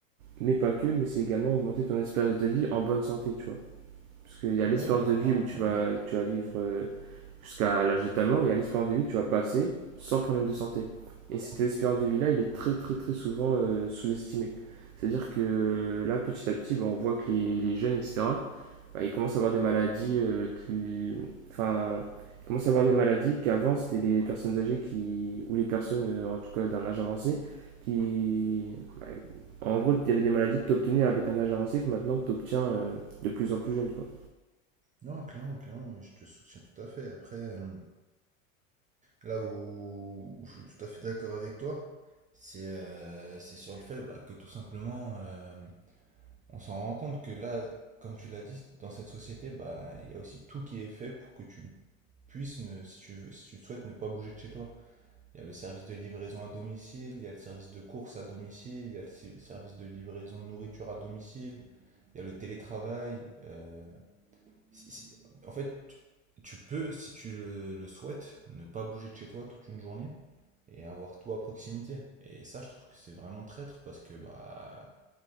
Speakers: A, on the right; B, on the right.
A: mais pas que mais c'est également augmenter ton espérance de vie en bonne santé tu vois parce qu'il y a
B: Ouais,
A: l'espérance
B: non,
A: de
B: clairement,
A: vie où
B: clairement.
A: tu vas tu vas vivre euh, jusqu'à l'âge de ta mort il y a l'espérance de vie que tu vas passer sans problème de santé et cette espérance de vie là il est très très très souvent euh, sous-estimé c'est à dire que là petit à petit bah, on voit que les, les jeunes etc bah, ils commencent à avoir des maladies euh, qui. Enfin, ils commencent à avoir des maladies qu'avant c'était les personnes âgées qui. ou les personnes, euh, en tout cas d'un âge avancé, qui. bah, en gros, il y avait des maladies que tu obtenais avec un âge avancé que maintenant tu obtiens euh, de plus en plus jeune, quoi.
B: Non, clairement, clairement, je te soutiens tout à fait. Après, euh, là où, où je suis tout à fait d'accord avec toi, c'est euh, c'est sur le fait bah, que tout simplement, euh, on s'en rend compte que là, comme tu l'as dit, dans cette société, bah, il y a aussi tout qui est fait pour que tu puisses, ne, si tu veux, si tu le souhaites, ne pas bouger de chez toi. Il y a le service de livraison à domicile, il y a le service de course à domicile, il y a le si- service de livraison de nourriture à domicile, il y a le télétravail. euh, si- si- en fait, tu, tu peux, si tu le, le souhaites, ne pas bouger de chez toi toute une journée et avoir tout à proximité. Et ça, je trouve que c'est vraiment traître parce que bah,